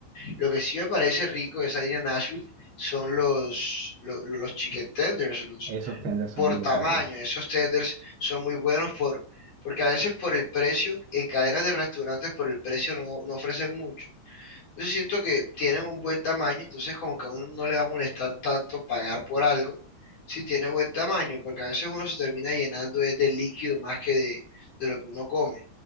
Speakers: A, on the left; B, on the right.
A: Lo que sí me parece rico de esa línea Nashville son los, los, los chicken tenders, los
B: esos tenders son
A: por
B: brutales.
A: tamaño. Esos tenders son muy buenos por, porque a veces por el precio, en cadenas de restaurantes por el precio no, no ofrecen mucho. Yo siento que tienen un buen tamaño, entonces como que a uno no le va a molestar tanto pagar por algo si tiene buen tamaño, porque a veces uno se termina llenando es de líquido más que de, de lo que uno come.